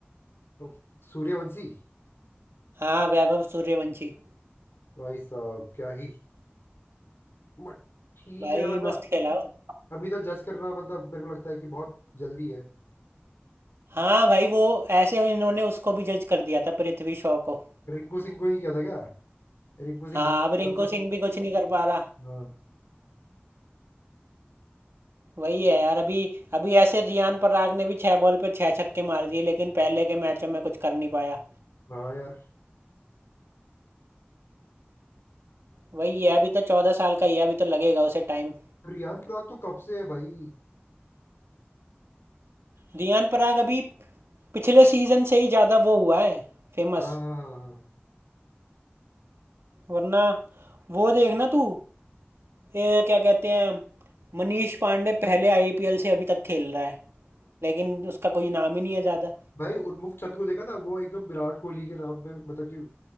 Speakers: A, on the left (about 85°); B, on the right (about 85°).
A: तो सूर्यवंशी
B: हाँ वैभव सूर्यवंशी
A: भाई साहब क्या ही मत- ठीक
B: भाई
A: है मतलब
B: मस्त खेला वो
A: अभी तो जज करना मतलब मेरे को लगता है कि बहुत जल्दी है
B: हाँ भाई वो ऐसे इन्होंने उसको भी जज कर दिया था पृथ्वी शॉ को
A: रिंकू सिंह को नहीं किया था क्या रिंकू सिंह
B: हाँ
A: मेरे को-
B: अब रिंकू
A: लगता
B: सिंह भी कुछ नहीं कर पा रहा
A: है- हाँ
B: वही है यार अभी अभी ऐसे रियान पराग ने भी छह बॉल पे छह छक्के मार दिए लेकिन पहले के मैचों में कुछ कर नहीं पाया
A: हाँ यार
B: वही है अभी तो चौदह साल का ही है अभी तो लगेगा उसे टाइम
A: रियान पराग तो कब से है भाई
B: रियान पराग अभी पिछले सीजन से ही ज़्यादा वो हुआ है फेमस
A: हाँ हाँ हाँ हाँ।
B: वरना वो देखना तू ये क्या कहते हैं मनीष पांडे पहले आईपीएल से अभी तक खेल रहा है लेकिन उसका कोई नाम ही नहीं है ज़्यादा
A: भाई उन्मुख चंद को देखा था वो एकदम विराट कोहली के नाम पे मतलब कि